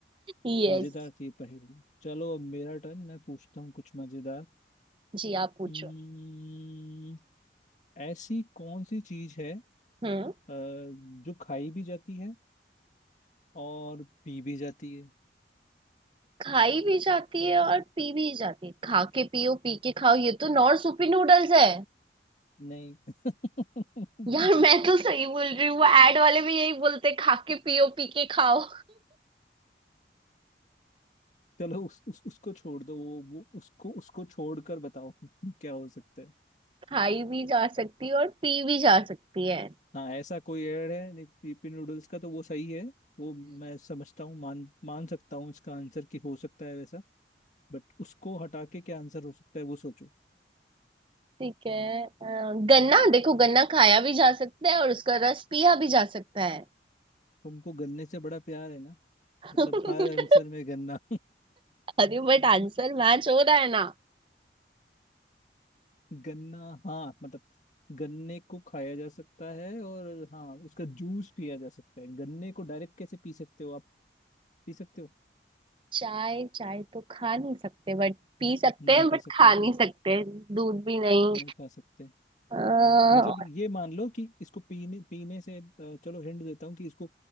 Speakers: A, on the right; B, on the left.
A: यस
B: मजेदार थी ये पहेली चलो अब मेरा टर्न मैं पूछता हूँ कुछ मजेदार
A: जी आप पूछो
B: Hmm, ऐसी कौन सी चीज है अ,
A: हम्म
B: जो खाई भी जाती है और पी भी जाती है
A: खाई भी जाती है और पी भी जाती है खा के पियो पी के खाओ ये तो नॉर्थ सूपी नूडल्स है
B: नहीं <laughs>
A: यार मैं तो सही बोल रही हूँ वो एड वाले भी यही बोलते हैं, खा के पियो पी के खाओ
B: चलो उस, उस उसको छोड़ दो वो, वो उसको उसको छोड़कर बताओ <laughs> क्या हो सकता है
A: खाई भी जा सकती है और पी भी जा सकती है
B: हाँ ऐसा कोई एड है नहीं पीपी नूडल्स का तो वो सही है वो मैं समझता हूँ मान मान सकता हूँ इसका आंसर कि हो सकता है वैसा बट उसको हटा के क्या आंसर हो सकता है वो सोचो
A: ठीक है अ, गन्ना देखो गन्ना खाया भी जा सकता है और उसका रस पिया भी जा सकता है
B: तुमको गन्ने से बड़ा प्यार है ना
A: <laughs>
B: मतलब हर आंसर में गन्ना
A: अरे बट आंसर
B: <laughs>
A: मैच हो रहा है ना
B: गन्ना हाँ मतलब गन्ने को खाया जा सकता है और हाँ उसका जूस पिया जा सकता है गन्ने को डायरेक्ट कैसे पी सकते हो आप पी सकते हो
A: चाय चाय तो खा नहीं सकते बट पी सकते
B: नहीं
A: हैं
B: खा
A: बट
B: सकते
A: खा नहीं सकते दूध भी नहीं
B: नहीं खा सकते
A: अ,
B: मतलब ये मान लो कि इसको पीने पीने से अ, चलो हिंट देता हूँ कि इसको